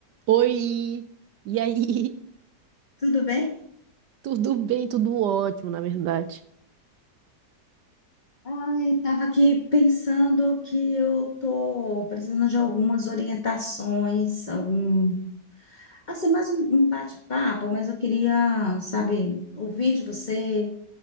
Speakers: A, on the right; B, on the left.
A: Oi! E aí? <laughs>
B: Tudo bem?
A: Tudo bem, tudo ótimo, na verdade.
B: Ai, estava aqui pensando que eu tô precisando de algumas orientações, algum, assim, mais um, um bate-papo, mas eu queria, sabe, ouvir de você,